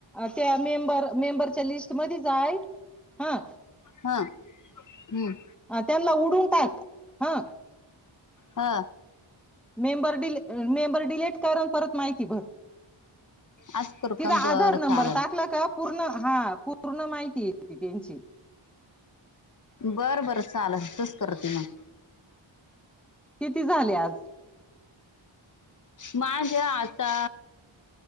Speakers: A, in the centre; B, on the left.
A: त्या मेंबर मेंबरच्या लिस्टमध्ये जाय... हा...
B: ह हम्म...
A: अ त्यांना उडून टाक हा..
B: हा..
A: मेंबर डिली मेंबर डिलीट करन परत माहिती भर...
B: आज करू
A: तिचा
B: का बरं
A: आधार नंबर
B: चालल
A: टाकला का पूर्ण हा पूर्ण माहिती य...
B: बरं बरं चालल तेच करते मग.
A: किती झाले आज...
B: माझ्या आता..